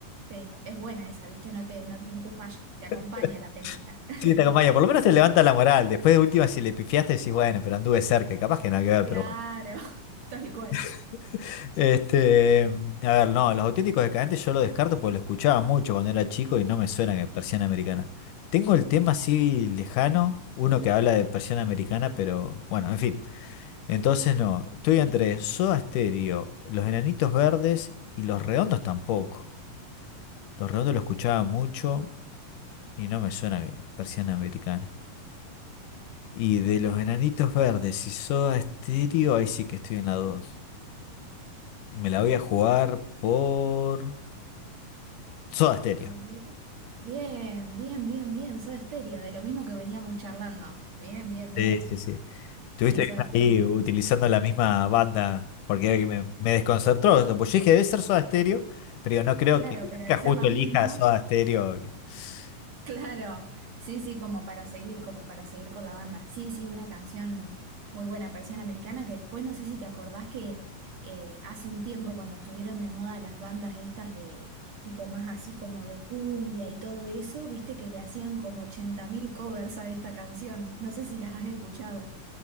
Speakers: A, on the right; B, on the left.
A: Sí, es buena esa, ¿viste? No te, no, no te falla, te acompaña
B: <laughs>
A: la técnica. <laughs>
B: Sí, te acompaño. Por lo menos te levanta la moral. Después de última, si le pifiaste, decís, bueno, pero anduve cerca. y Capaz que nada que ver,
A: Claro,
B: pero bueno.
A: <laughs> tal cual.
B: <laughs> Este, a ver, no, los auténticos decadentes yo lo descarto porque lo escuchaba mucho cuando era chico y no me suena que persiana americana. Tengo el tema así lejano, uno que habla de persiana americana, pero bueno, en fin. Entonces no, estoy entre Soda Stereo, Los Enanitos Verdes y Los Redondos tampoco. Los Redondos lo escuchaba mucho y no me suena que persiana americana. Y de Los Enanitos Verdes y Soda Stereo, ahí sí que estoy en la duda. Me la voy a jugar por... Soda Stereo.
A: A ver. Bien, bien, bien, bien. Soda Stereo, de lo mismo que veníamos charlando. Bien, bien, bien.
B: Sí, sí, sí. Estuviste
A: Sí, Soda Stereo.
B: ahí utilizando la misma banda, porque me, me desconcertó. Pues yo dije, debe ser Soda Stereo, pero digo, no creo
A: Claro,
B: que Blanca
A: pero al ser
B: justo
A: la misma,
B: elija Soda Stereo. <laughs>
A: <laughs> claro. Sí, sí, como para seguir, como para seguir con la banda. Sí, sí, una canción muy buena, versión americana, que después no sé si te acordás que eh, hace un tiempo cuando estuvieron de moda las bandas estas de tipo más así como de cumbia y todo eso, viste que le hacían como 80.000 covers a esta canción. No sé si las has escuchado.